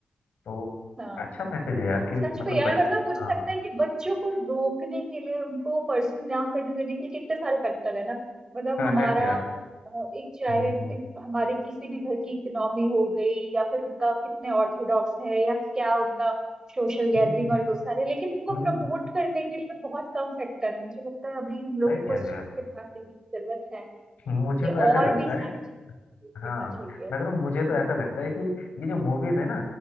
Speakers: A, on the left (about 85°); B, on the right (about 30°).
A: तो
B: हाँ
A: अच्छा मैसेज है यार कि
B: सच
A: मतलब
B: में यार
A: बच
B: मतलब मुझे
A: हाँ
B: लगता है कि बच्चों को रोकने के लिए उनको परस्यू ना करने देने के लिए कितने सारे फैक्टर है ना मतलब
A: करेक्ट
B: हमारा
A: यार
B: अ, एक चाहे
A: हम्म हम्म,
B: एक हमारे किसी भी घर की इकोनॉमी हो गई या फिर उनका कितने ऑर्थोडॉक्स है या क्या उनका सोशल गैदरिंग
A: हम्म,
B: और वो सारे लेकिन उनको
A: हम्म,
B: प्रमोट करने के लिए बहुत कम फैक्टर है मुझे लगता है अभी हम लोगों
A: सही कह
B: को इस
A: रहे हो यार
B: चीज पे ध्यान देने की जरूरत है
A: मुझे
B: कि
A: तो
B: और
A: ऐसे लगता
B: भी सारी
A: है
B: चीजें
A: हाँ
B: करना चाहिए
A: मैं कह रहा हूँ मुझे
B: हम्म,
A: तो ऐसा लगता है कि ये जो मूवीज है ना